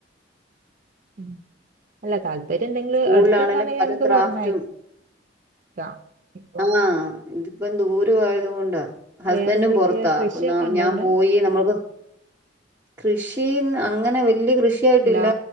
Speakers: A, on the right (about 45°); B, on the right (about 15°).
A: ഉം അല്ല താൽ പര്യണ്ടെങ്കില്
B: സ്കൂളിലാണെലും
A: അടുത്തക്കാണെങ്കി
B: പല
A: ഞമ്മക്ക്
B: ക്രാഫ്റ്റും
A: പറഞ്ഞയ ക്കാം ഇപ്പൊ
B: ആഹ് ഇതിപ്പം ദൂരൊ ആയത്കൊണ്ട ഹസ്ബൻഡും
A: വേറെന്തൊക്കെയ
B: പൊറത്ത
A: കൃഷിയൊക്കെ
B: അപ്പൊന്നാ
A: ഉണ്ടോ
B: ഞാൻ
A: അവിടെ
B: പോയി നമ്മുക്ക് കൃഷി ന്ന് അങ്ങനെ വല്ല്യ കൃഷിയായിട്ടില്ല
A: ഹലോ